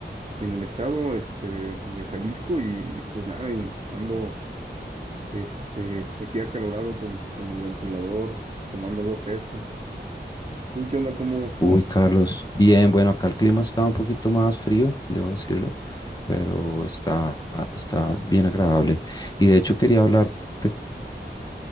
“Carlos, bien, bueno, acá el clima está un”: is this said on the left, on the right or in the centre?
Left